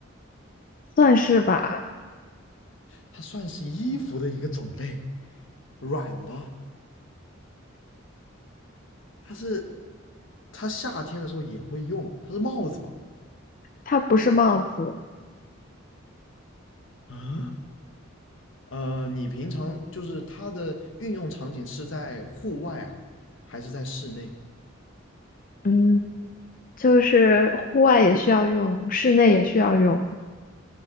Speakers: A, on the left; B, on the left.
A: 算是吧。
B: 它算是衣服的一个种类，软的，它是它夏天的时候也会用，它是帽子嘛。
A: 它不是帽子，
B: 啊，呃，你平常就是它的运用场景是在户外啊，还是在室内？
A: 嗯，就是户外也需要用，室内也需要用。